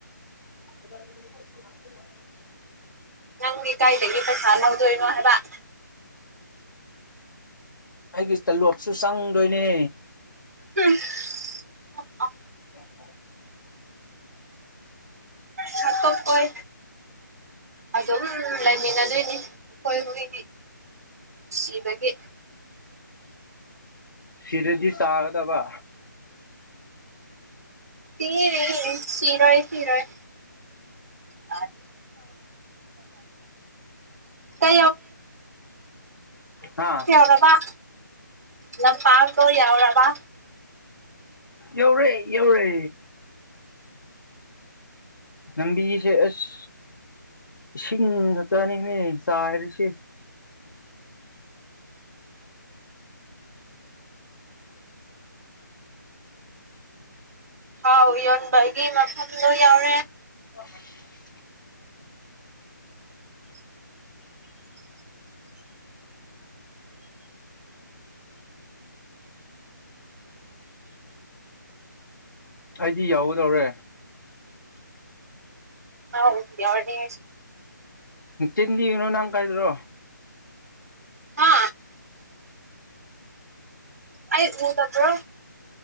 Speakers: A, on the left; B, on the right.
A: <unintelligible>
B: ꯅꯪꯗꯤ ꯀꯥꯏꯗꯒꯤ ꯄꯩꯁꯥ ꯂꯧꯗꯣꯏꯅꯣ ꯍꯥꯏꯕ
A: ꯑꯩꯒꯤ ꯇꯂꯣꯞꯁꯨ ꯆꯪꯗꯣꯏꯅꯦ
B: <unintelligible>
A: <unintelligible>
B: ꯁꯥꯠꯇꯣꯛꯑꯣꯏ ꯑꯗꯨꯝ ꯂꯩꯃꯤꯟꯅꯗꯣꯏꯅꯤ ꯑꯩꯈꯣꯏ ꯍꯨꯣꯏꯗꯤ ꯁꯤꯕꯒꯤ
A: ꯁꯤꯔꯗꯤ ꯆꯥꯒꯗꯕ
B: ꯁꯤ <unintelligible> ꯁꯤꯔꫭꯏ ꯁꯤꯔꫭꯏ <unintelligible> <inaudible> ꯂꯝꯄꯥꯛꯇ
A: ꯍꯥ
B: ꯌꯥꯎꯔꯕ ꯂꯝꯄꯥꯛꯇꯣ ꯌꯥꯎꯔꯕ
A: ꯑꯧꯔꯦ ꯑꯧꯔꯦ ꯂꯝꯕꯤꯁꯦ ꯑꯁ ꯏꯁꯤꯡ ꯉꯛꯇꯅꯤꯍ‌ꯦ ꯆꯥꯏꯔꯤꯁ‌ꯦ
B: ꯊꯥꯎ ꯌꯣꯟꯕꯒꯤ ꯃꯐꯝꯗꯣ ꯌꯥꯎꯔꯦ
A: <unintelligible> ꯑꯩꯗꯤ ꯌꯥꯎꯒꯗꯧꯔꯦ
B: ꯍꯥꯎ ꯌꯥꯎꯗꯦ ꯅꯪꯁ
A: ꯇꯤꯟ ꯏꯅꯣ <unintelligible> ꯅꯪ ꯀꯥꯏꯗ꯭ꯔꯣ
B: ꯍꯥ ꯑꯩ ꯎꯗꯕꯔꯣ꯫